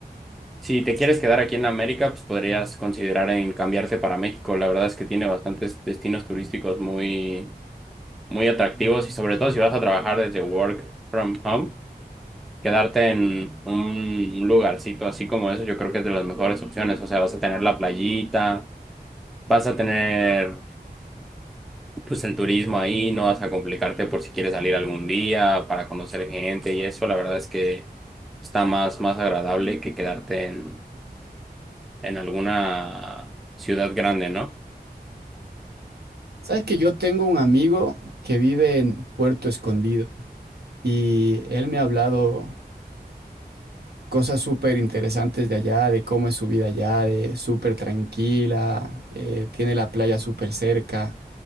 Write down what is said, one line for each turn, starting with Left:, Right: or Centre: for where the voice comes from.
Centre: si te quieres quedar aquí en América, pues podrías considerar en cambiarte para México. La verdad es que tiene bastantes destinos turísticos muy, muy atractivos y sobre todo si vas a trabajar desde work from home Quedarte en un lugarcito así como eso, yo creo que es de las mejores opciones. O sea, vas a tener la playita, vas a tener pues el turismo ahí, no vas a complicarte por si quieres salir algún día para conocer gente y eso, la verdad es que está más, más agradable que quedarte en, en alguna ciudad grande, ¿no?
Right: Sabes que yo tengo un amigo que vive en Puerto Escondido y él me ha hablado cosas súper interesantes de allá, de cómo es su vida allá, de súper tranquila, eh, tiene la playa súper cerca,